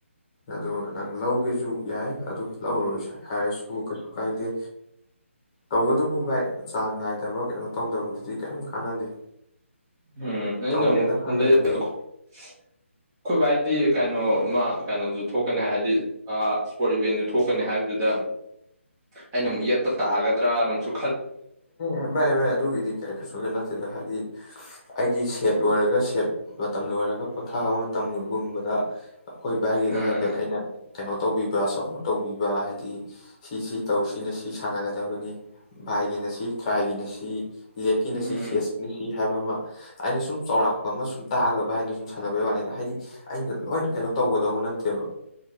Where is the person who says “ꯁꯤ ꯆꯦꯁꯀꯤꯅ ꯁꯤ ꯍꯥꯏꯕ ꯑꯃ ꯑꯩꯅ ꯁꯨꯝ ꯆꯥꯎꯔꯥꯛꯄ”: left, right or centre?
Left